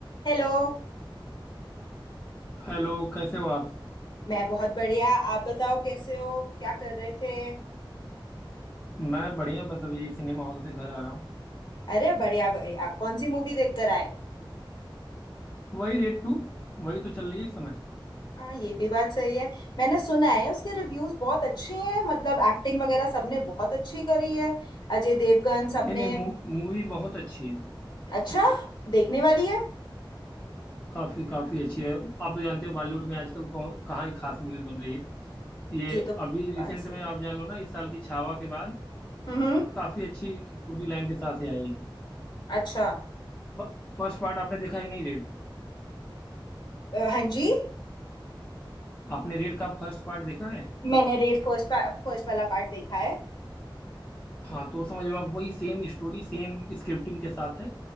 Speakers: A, on the left; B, on the left.
A: Hello
B: Hello कैसे हो आप
A: मैं बहुत बढ़िया आप बताओ कैसे हो क्या कर रहे थे
B: मैं बढ़िया बस अब यही सिनेमा हॉल से घर आ रहा हूँ
A: अरे बढ़िया बढ़िया कौन सी मूवी देख कर आए
B: वही रेड टू वही तो चल रही है इस समय
A: हाँ ये भी बात सही है मैंने सुना है उसके रिव्यूज बहुत अच्छे हैं मतलब एक्टिंग वगैरह सबने बहुत अच्छी करी है अजय देवगन सबने
B: नहीं नहीं मू, मूवी बहुत अच्छी है
A: अच्छा देखने वाली है
B: काफी काफी अच्छी है आप तो जानते हो बॉलीवुड में आजकल कौन- कहाँ ही खास मूवी बन रही है ये
A: ये तो
B: अभी रिसेंट
A: बात सही
B: में आप
A: है
B: जान लो ना इस साल की छावा के बाद
A: हम्म हम्म।
B: काफी अच्छी स्टोरी लाइन के साथ ही आई है
A: अच्छा
B: फ- फर्स्ट पार्ट आपने देखा है कि नहीं रेड
A: अ, हाँ जी
B: आपने रेड का फर्स्ट पार्ट देखा है
A: मैंने रेड फर्स्ट फर्स्ट वाला पार्ट देखा है
B: हाँ तो समझ लो आप वही सेम स्टोरी सेम स्क्रिप्टिंग के साथ है